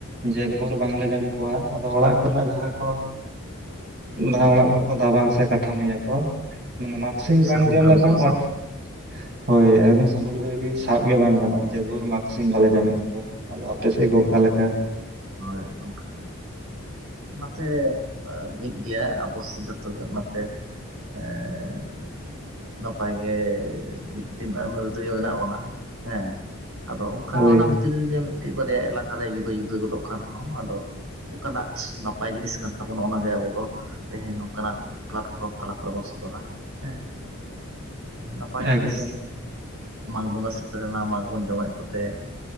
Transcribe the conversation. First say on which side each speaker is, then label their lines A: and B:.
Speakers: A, on the right (about 50°); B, on the right (about 80°).
A: ᱡᱮᱫ ᱵᱷᱳᱨ ᱵᱟᱝᱞᱮ ᱡᱚᱢ ᱠᱚᱣᱟ ᱟᱫᱚ ᱚᱲᱟᱜ ᱠᱚᱨᱮᱱᱟᱜ ᱡᱟᱦᱟᱸ ᱠᱚ ᱱᱟᱣᱟ ᱚᱲᱟᱜ ᱠᱚᱠᱚ ᱫᱟᱵᱟ ᱥᱮ ᱠᱟᱴᱷᱟᱢᱳᱭᱟ ᱠᱚ ᱢᱟᱱᱮ ᱢᱟᱜ ᱥᱤᱢ ᱵᱟᱝ
B: ᱥᱟᱹᱜᱩᱱ
A: ᱡᱚᱢ
B: ᱠᱟᱹᱢᱤ
A: ᱞᱮᱠᱷᱟᱱ
B: ᱠᱚ ᱥᱟᱶᱛᱮ
A: ᱚᱲᱟᱜ ᱦᱳᱭ ᱮᱠᱫᱚᱢ ᱥᱟᱹᱜᱩᱱ ᱜᱮ ᱥᱟᱵ ᱜᱮ ᱵᱟᱝ ᱜᱟᱱᱚᱜᱼᱟ ᱡᱚᱛ ᱵᱷᱳᱨ ᱢᱟᱜᱽ ᱥᱤᱢ ᱵᱟᱞᱮ ᱡᱚᱢᱮᱫ ᱠᱚᱣᱟ ᱟᱫᱚ ᱟᱯᱮ ᱥᱮᱫ ᱜᱮ ᱚᱠᱟᱞ ᱞᱮᱠᱟ?
B: ᱦᱳᱭ ᱚᱱᱠᱟᱜᱮ ᱚᱱᱟᱛᱮ ᱢᱤᱫ ᱜᱮᱭᱟ ᱟᱵᱚᱥᱮᱜ ᱡᱚᱛᱚ ᱜᱮ ᱚᱱᱟᱛᱮ ᱮᱸᱻᱻ ᱱᱟᱯᱟᱭ ᱜᱮ ᱢᱤᱫᱴᱤᱱ ᱟᱹᱱᱟᱹᱨᱤ ᱛᱮᱜᱮ ᱢᱮᱱᱟᱜ ᱵᱚᱱᱟ ᱦᱮᱸ ᱟᱫᱚ ᱚᱱᱠᱟ
A: ᱦᱳᱭ
B: ᱚᱱᱟ ᱵᱷᱤᱛᱨᱤ ᱨᱮᱜᱮ ᱢᱤᱫᱴᱤᱡ ᱵᱟᱨᱭᱟ ᱮᱞᱟᱠᱟᱨᱮ ᱡᱩᱫᱟᱹ ᱡᱩᱫᱟᱹ ᱜᱚᱫᱚᱜ ᱠᱟᱱ ᱨᱮᱦᱚᱸ ᱟᱫᱚ ᱚᱠᱟᱱᱟᱜ ᱱᱟᱯᱟᱭ ᱡᱤᱱᱤᱥ ᱠᱟᱱ ᱛᱟᱵᱚᱱᱟ ᱚᱱᱟᱜᱮ ᱟᱵᱚ ᱫᱚ ᱛᱮᱦᱮᱧ ᱱᱚᱝᱠᱟᱱᱟᱜ ᱯᱞᱟᱴᱯᱷᱨᱚᱢ ᱛᱟᱞᱟ ᱠᱚᱨᱮ ᱵᱚᱱ ᱥᱚᱫᱚᱨᱟ ᱾ ᱦᱮᱸ ᱱᱟᱯᱟᱭ
A: ᱮᱠᱫᱚᱢ
B: ᱡᱤᱱᱤᱥ ᱢᱟᱜᱽ ᱵᱚᱸᱜᱟ ᱥᱮᱴᱮᱨᱮᱱᱟ ᱢᱟᱜᱽ ᱵᱚᱱ ᱡᱚᱢᱮᱫ ᱠᱚᱛᱮᱸ